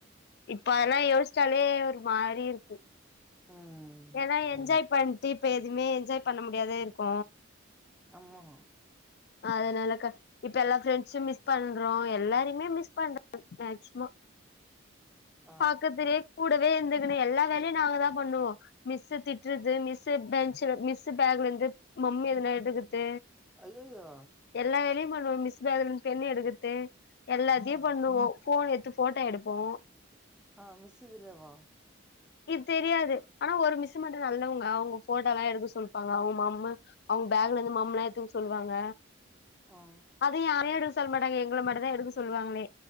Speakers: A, on the left (about 50°); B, in the centre.
A: இப்ப ஆனா யோஸ்ச்சாலே தே ஒரு மாரி இருக்கு.
B: ம்
A: ஏன்னா
B: ஆமா
A: என்ஜாய் பண்டிப் இப்ப எதுமே என்ஜாய் பண்ண முடியாது இருக்கு
B: அம்மா
A: அதனால க இப்ப எல்லா ஃப்ரெண்ட்சு மிஸ் பண்றோ எல்லாரையுமே மிஸ் பண்றோ மேக்சிமோ
B: ஆ
A: பாக்கதுலே கூடவே இந்து துமே எல்லா வேலையு நாங்க தா பண்ணுவோ மிஸ்சு திட்ருது மிஸ்சு பெஞ்சு அ மிஸ் பேக்ல இருந்து மம்மு எதுனா எடுக் து
B: ஐயையோ
A: எல்லா வேலையு பண் மிஸ் பேக்லருந்து ண்ணி எடுகறது எல்லாத்தையு
B: ஆ
A: பண்ணுவோ போன் எடுத்து போட்டோ எடுப்போ
B: ஆஹ் மிஸ்சுகளே வா
A: இத் தெரியாது ஆனா ஒரு மிஸ்சு மட்டு நல்லவங்க அவுங்க போட்டோலா எடுக்க சொல்வாங்க அவங்க மம்மு அவுங்க பேக்ல இருந்து மம்ல எதுங் சொல்வாங்க
B: ஆ
A: அது யாரையோ எடுக் சொல் மாட்டாங்க எங்கள மட்டு தா எடுக்க சொல்வாங்களே